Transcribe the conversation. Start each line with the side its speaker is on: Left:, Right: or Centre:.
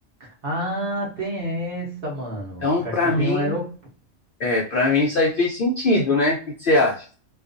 Right: Ah, tem essa, mano.
Left: Então,
Right: Aqui
Left: para
Right: tem
Left: mim,
Right: um aeroporto.
Left: É, para mim isso aí fez sentido, né? O que que você acha?